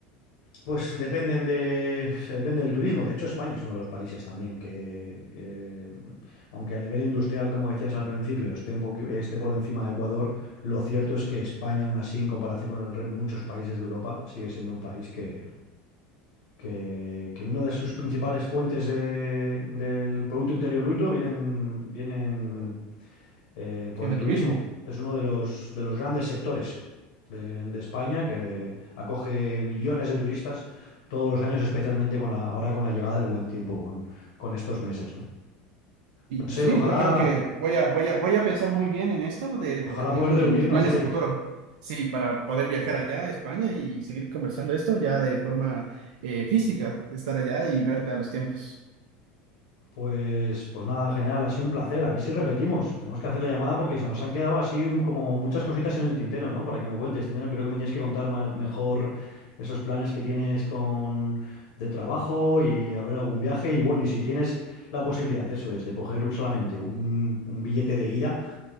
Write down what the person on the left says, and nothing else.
pues dependen de, se depende del turismo. De hecho, España es uno de los países también que, eh, aunque a nivel industrial, como decías al principio, esté un poqui- esté por encima de Ecuador, lo cierto es que España, aún así, en comparación con el re- muchos países de Europa, sigue siendo un país que, que, que una de sus principales fuentes eh, del Producto Interior Bruto vienen, vienen eh, por
el turismo.
Es uno de los, de los grandes sectores de, de España que acoge millones de turistas todos los años, especialmente con la, ahora con la llegada del buen tiempo, con, con estos meses, ¿no?
No sé,
ojalá,
ojalá
poder
reunirnos,
Eric.
Pues, pues nada, genial, ha sido un placer. A ver si repetimos. Tenemos que hacer la llamada porque se nos han quedado así un- como muchas cositas en el tintero, ¿no? Para que me cuentes. Tenero, creo que me tienes que contar ma- mejor esos planes que tienes con de trabajo y a ver algún viaje. Y bueno, y si tienes la posibilidad, eso es, de coger un- solamente un, un billete de ida,